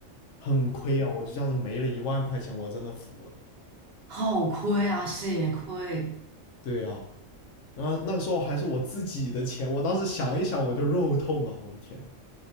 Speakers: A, on the left; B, on the right.
A: 很亏啊！我就这样子没了一万块钱，我真的服了。
B: 好亏啊，血亏！
A: 对啊，然后那个时候还是我自己的钱，我当时想一想我就肉痛啊！我的天，